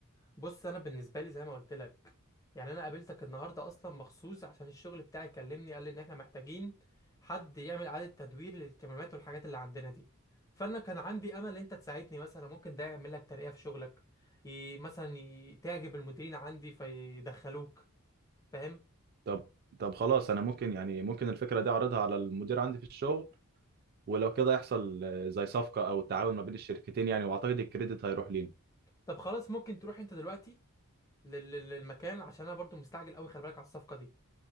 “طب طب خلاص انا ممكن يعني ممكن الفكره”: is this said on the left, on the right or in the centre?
Right